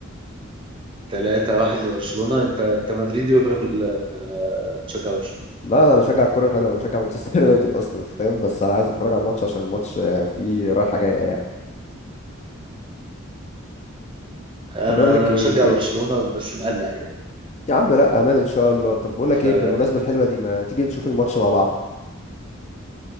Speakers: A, on the right (about 25°); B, on the left (about 35°).
A: 3 1 لبرشلونة انت انت مدريدي ولا بتشجع برشلونة
B: لا انا بشجع الكوره الحلوه انا بشجع مانشستر <laughs> يونايتد اصلا فاهم بس انا عايز اتفرج على الماتش عشان الماتش آه، فيه رايحه جايه يعني
A: انا
B: طب اقول لك
A: انا
B: ايه,
A: بشجع
B: إيه؟
A: برشلونة بس مقلق يعني
B: يا عم لا امان ان شاء الله طب بقول لك
A: فانا
B: ايه بالمناسبه الحلوه دي ما تيجي نشوف الماتش مع بعض